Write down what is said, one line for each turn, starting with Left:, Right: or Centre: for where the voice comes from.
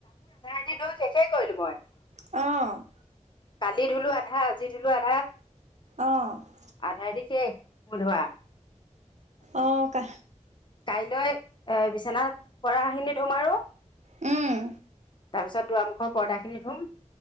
Left: <unintelligible>
Right: অ',
Left: কালি ধুলো আধা -আজি ধুলো আধা।
Right: অ',
Left: আধা আদি শেষ বোধোৱা।
Right: আহ কা
Left: কাইলৈ এ বিচনা পৰা খিনি ধুম আৰু
Right: উম
Left: তাৰপিছত দুৱামুখৰ পৰ্দাখিনি ধুম